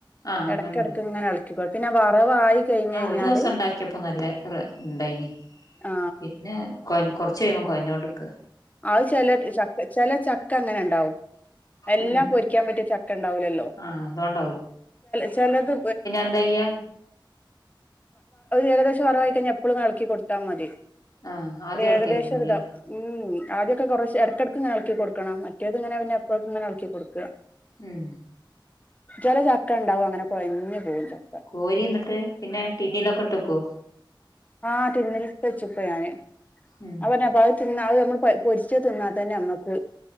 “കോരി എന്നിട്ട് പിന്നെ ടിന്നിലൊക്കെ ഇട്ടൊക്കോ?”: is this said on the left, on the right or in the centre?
Left